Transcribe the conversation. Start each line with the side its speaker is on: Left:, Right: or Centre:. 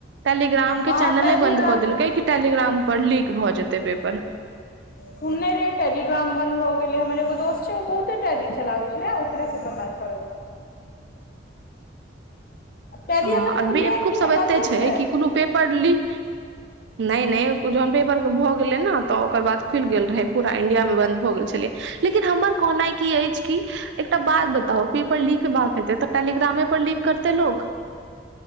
Right: टेलीग्राम
Left: हँ
Right: के चैनले
Left: टेलीग्राम
Right: बन्द क देलकै कि टेलीग्राम पर लीक भ जेतै पेपर <unintelligible>
Left: सुनने रै टेलीग्राम बन्द भ गेलै हमर एोगो दोस्त छै ओ बहुते टेली चलाबैत छलै ओकरे से पता चललै हँ
Right: <unintelligible>
Left: टेली
Right: हँ
Left: एखन
Right: आ
Left: खुलले
Right: बेवकूफ
Left: ऐ कि
Right: सब
Left: नै
Right: एते
Left: बन्दे छै
Right: कि कोनो पेपर लीक। नै नै जोहन पेपर भ गेलै ने त ओकर बाद खुलि गेल रहै पूरा इंडिया मे बन्द भ गेल छलै लेकिन हमर कहनाइ की अछि कि एकटा बात बताउ पेपर लिकबाक हेते त टेलीग्रामे पर लिक करते लोग